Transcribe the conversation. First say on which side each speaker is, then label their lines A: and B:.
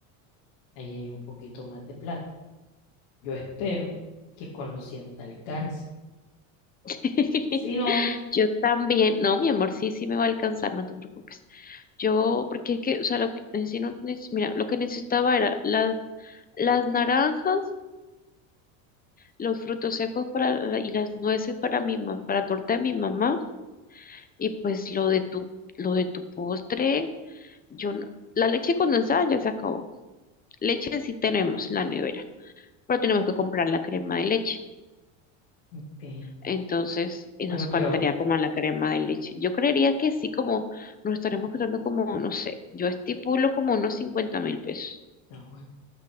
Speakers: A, on the left; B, on the left.
A: Ahí hay un poquito más de plata. Yo espero que con los 100 te alcance.
B: <laughs>
A: Si no,
B: Yo también, no, mi amor, sí, sí me va a alcanzar, no te preocupes. Yo, porque es que, o sea, lo que, en sí no neces- mira, lo que necesitaba era la- las naranjas, los frutos secos para, la- y las nueces para mi mam- para la torta de mi mamá, y pues lo de tu, lo de tu postre, yo no, la leche condensada ya se acabó. Leche sí tenemos en la nevera, pero tenemos que comprar la crema de leche.
A: ok,
B: Entonces, y
A: bueno,
B: nos
A: pero,
B: faltaría como la crema de leche. Yo creería que sí, como nos estaremos quedando como, no sé, yo estipulo como unos cincuenta mil pesos.
A: no, bueno,